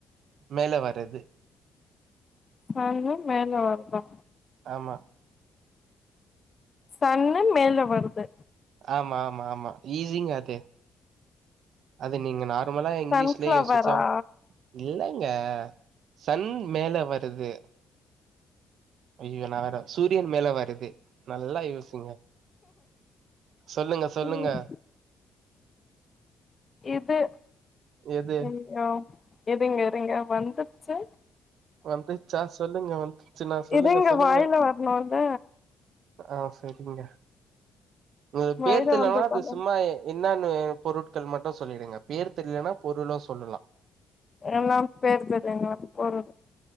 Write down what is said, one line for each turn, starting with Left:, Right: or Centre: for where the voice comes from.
Right: மேல வரது
Left: சன்னு மேல வருதா
Right: ஆமா
Left: சன்னு மேல வருது
Right: ஆமா ஆமா ஆமா ஈஸிங்க அது அது நீங்க நா நம்மலா இங்கிலிஷ்லே
Left: சன்ஃப்ளவரா
Right: யோசிச்சோ இல்லங்க சன் மேல வருது ஐயோ நா வேற சூரியன் மேல வருது நல்லா யோசிங்க சொல்லுங்க சொல்லுங்க
Left: ம் இது
Right: எது
Left: ம் யா இருங்க இருங்க வந்துச்சு
Right: வந்துச்சா சொல்லுங்க வந்துச்சுனா சொல்லுங்க
Left: இதுங்க
Right: சொல்லுங்க
Left: வாயில வரணுல்ல
Right: ஆ சரிங்க உங்க
Left: வாயில
Right: பேர் தெர்லேனா
Left: வந்ததால
Right: அது சும்மாயே என்னானு பொருட்கள் மட்டும் சொல்லிடுங்க பேர் தெரிலேனா பொருளோ சொல்லலாம்
Left: என்னான் பேர் தெர்லங்க <inaudible> போற